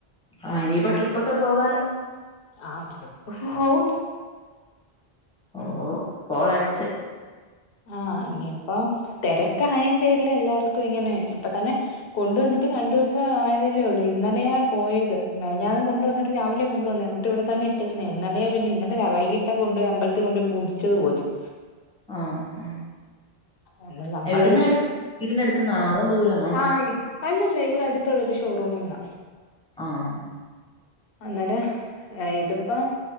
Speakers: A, in the centre; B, on the left.
A: ആഹ് ഇനിപ്പോ ട്രിപ്പൊക്കെ പോവാലോ
B: ആഹ് ട്രിപ്പ് പോവും
A: ഓ കോളടിച്ച്
B: ആഹ് ഇനിയിപ്പ തിരക്ക ആയേന്റെരില്ല എല്ലാർക്കും ഇങ്ങനെ ഇപ്പൊ തന്നെ കൊണ്ടുവന്നിട്ട് രണ്ട ദിവസം ആയതല്ലേ ഉള്ളൂ ഇന്നലെയാ പോയത് മെഞന്ന് കൊണ്ടുവന്നിട്ട് രാവിലെ കൊണ്ടുവന്ന എന്നിട്ട് ഇവിടെ തന്നെ പിന്നെ ഇന്നലെയാ പിന്നെ ഇന്നലെ വൈകിട്ട കൊണ്ട്പയി അമ്പലത്തി കൊ പോയിൂജിച്ചതു പോലും
A: ആഹ് ആഹ്
B: എന്ന നമ്മുടെ
A: എവിടുന്നാ
B: വിഷ്
A: എടു വീടിന്റെ അടുത്തുന്നാണോ അതോ ദൂരാന്നോ
B: ആയ് അല്ലല്ല ഇവിടെ അടുത്തുള്ളരു ഷോറൂമന്ന
A: ആഹ്
B: അന്നേരം ഇതിപ്പോ